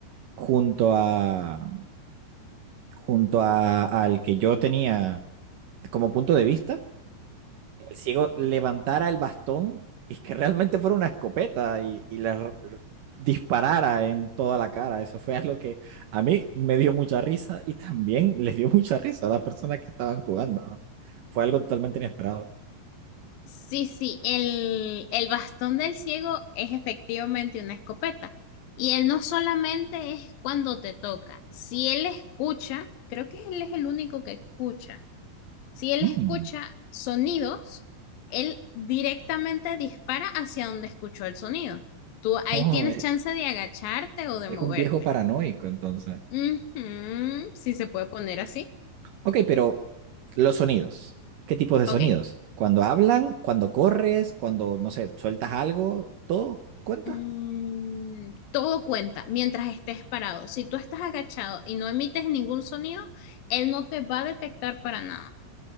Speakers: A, on the right; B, on the left.
A: junto a junto a, al que yo tenía como punto de vista, el ciego levantara el bastón y que realmente fuera una escopeta y, y le disparara en toda la cara. Eso fue algo que a mí me dio mucha risa y también <laughs> les dio mucha risa a las personas que estaban jugando. ¿no? Fue algo totalmente inesperado.
B: Sí, sí, el, el bastón del ciego es efectivamente una escopeta. Y él no solamente es cuando te toca, si él escucha, creo que él es el único que escucha, si él
A: Mm,
B: escucha sonidos, él directamente dispara hacia donde escuchó el sonido. Tú ahí
A: oh,
B: tienes
A: eh,
B: chance de agacharte o de
A: es
B: moverte.
A: un viejo paranoico, entonces.
B: Ujú, Si se puede poner así.
A: Ok, pero los sonidos. ¿Qué tipos de sonidos?
B: Ok.
A: Cuando hablan, cuando corres, cuando, no sé, sueltas algo, todo cuenta.
B: Mm, todo cuenta mientras estés parado. Si tú estás agachado y no emites ningún sonido, él no te va a detectar para nada.